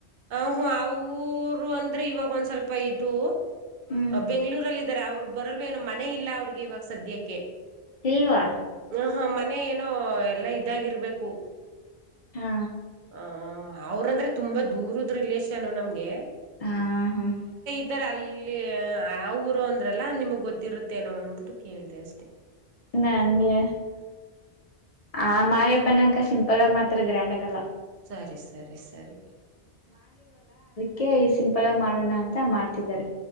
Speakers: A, on the right; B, on the left.
A: ಹು ಹು ಅವ್ರು ಅಂದ್ರೆ ಇವಾಗ್ ಒಂದ್ ಸ್ವಲ್ಪ ಇದು.
B: ಹ್ಮ್
A: ಬೆಂಗ್ಳೂರಲ್ ಇದಾರೆ ಅವ್ರು. ಬರಲ್ವೇನು ಮನೆ ಇಲ್ಲ ಅವ್ರಿಗೆ ಇವಾಗ್ ಸದ್ಯಕ್ಕೆ.
B: ಇಲ್ವಾ.
A: ಹ ಹ ಮನೆ ಏನೋ ಎಲ್ಲಾ ಇದಾಗಿರ್ಬೇಕು.
B: ಹಾ
A: ಆ ಅವ್ರಂದ್ರೆ ತುಂಬಾ ದೂರುದ್ ರಿಲೇಷನು ನಮ್ಗೆ.
B: ಆ ಹುಹ್.
A: ಇದ್ದಾರ್ ಅಲ್ಲಿ ಆ ಊರು ಅಂದ್ರಲ್ಲ ನಿಮ್ಗ್ ಗೊತ್ತಿರುತ್ತೇನೋ ಅಂಬುಟ್ಟು ಕೇಳ್ದೆ ಅಷ್ಟೇ.
B: ನನ್ಗೆ ಆ ಮಾರಿ ಹಬ್ಬನೇ ಅಕ್ಕ ಸಿಂಪಲ್ ಆಗ್ ಮಾಡ್ ತರ ಗ್ರ್ಯಾಂಡಗಲ್ಲ.
A: ಸರಿ ಸರಿ ಸರಿ.
B: ಕೆ ಸಿಂಪಲಾಗ್ ಮಾಡೋಣ ಅಂತ ಮಾಡ್ತಿದ್ದಾರೆ.